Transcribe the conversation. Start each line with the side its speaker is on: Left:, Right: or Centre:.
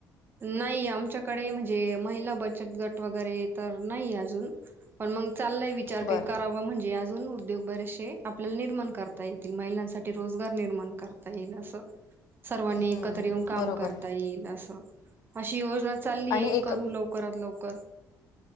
Right: नाही. आमच्याकडे म्हणजे महिला बचत गट वगैरे तर नाही अजून. पण मग चाललाय विचार
Left: बरं
Right: क करावा म्हणजे अजून. उद्योग बरेचसे. आपल्याला निर्माण करता येतील. महिलांसाठी रोजगार निर्माण करता येईल असं. सर्वांनी
Left: हं,
Right: एकत्र येऊन काम
Left: बरोबर
Right: करता येईल असं. अशी योजना चाललीय
Left: आणि एक
Right: करू लवकरात लवकर.